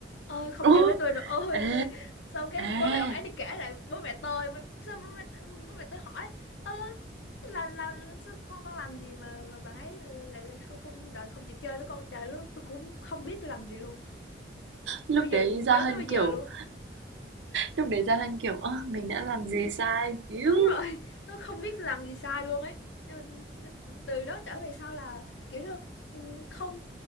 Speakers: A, on the left; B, on the right.
A: ơi không chơi
B: Ồ,
A: với tôi nữa ôi
B: ê
A: tôi xong cái bố
B: ê
A: mẹ bạn ấy đi kể lại bố mẹ tôi xong bố mẹ, bố mẹ tôi hỏi ơ làm làm sao con con làm gì mà mà bạn ấy lại lại không không đợi không chịu chơi với con trời lúc đó tôi cũng không biết tôi làm gì luôn
B: lúc
A: bây giờ
B: đấy
A: nhớ
B: Gia Hân
A: tới bây
B: kiểu
A: giờ luôn
B: lúc đấy Gia Hân kiểu ơ mình đã làm gì sai Iu.
A: đúng rồi <laughs> nó không biết làm gì sai luôn ấy nhưng mà từ đó trở về sau là kiểu là ừ, không